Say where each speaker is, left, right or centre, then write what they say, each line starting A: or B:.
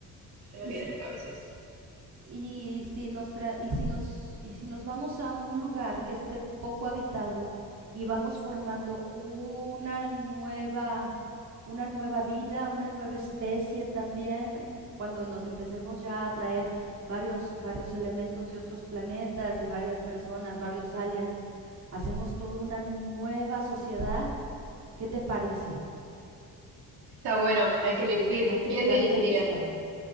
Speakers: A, on the right; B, on the right.
A: Se me
B: y,
A: viene
B: s-
A: a la cabeza eso.
B: y si nos tra- y si nos y si nos vamos a un lugar que esté poco habitado y vamos formando una nueva una nueva vida, una nueva especie también cuando nos empecemos ya a traer varios varios elementos de otros planetas y varias personas, varios aliens hacemos toda una nueva sociedad. ¿Qué te parece?
A: Está bueno, hay
B: O sea,
A: que elegir
B: ye- hay que
A: quién
B: llegar
A: dirigiría.
B: a una isla.